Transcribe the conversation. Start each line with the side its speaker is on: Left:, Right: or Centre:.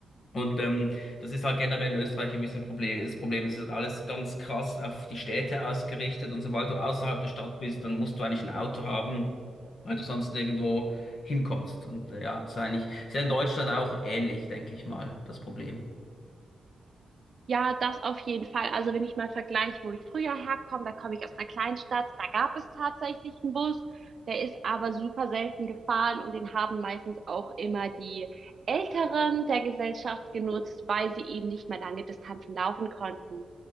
Left: Und ähm, das ist halt generell in Österreich ein bisschen Problem, das Problem. Es ist halt alles ganz krass auf die Städte ausgerichtet. Und sobald du außerhalb der Stadt bist, dann musst du eigentlich ein Auto haben, weil du sonst nirgendwo hinkommst. Und äh, ja, das ist eigentlich, ist ja in Deutschland auch ähnlich, denke ich mal, das Problem.
Right: Ja, das auf jeden Fall. Also wenn ich mal vergleiche, wo ich früher herkomme, da komme ich aus einer Kleinstadt, da gab es tatsächlich einen Bus, der ist aber super selten gefahren und den haben meistens auch immer die Älteren der Gesellschaft genutzt, weil sie eben nicht mehr lange Distanzen laufen konnten.